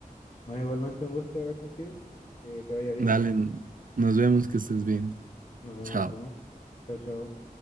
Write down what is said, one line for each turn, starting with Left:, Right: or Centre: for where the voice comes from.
Left: Bueno, igualmente un gusto hablar contigo, que te vaya bien,
Right: Dale, nos vemos, que estés bien.
Left: nos vemos,
Right: Chao.
Left: nos vemos, chao, chao.